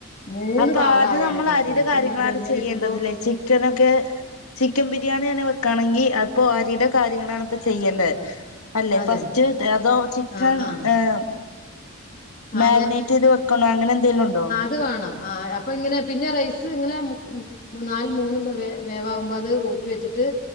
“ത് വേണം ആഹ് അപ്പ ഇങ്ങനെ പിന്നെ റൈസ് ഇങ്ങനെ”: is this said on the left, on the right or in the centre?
Left